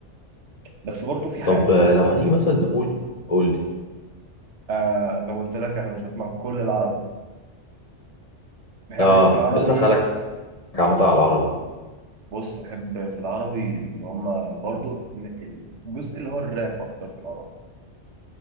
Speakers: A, on the right (about 75°); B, on the left (about 35°).
A: بس برضه في حاجه
B: طب آه، لو هنيجي مثلا نقول قول لي
A: آه زي ما قلت لك انا مش بسمع كل العربي بحب
B: اه
A: ايه في العربي
B: كنت لسه هسألك عامة على العربي
A: بص بحب في العربي اللي هما برضو الجزء اللي هو الراب أكتر في العربي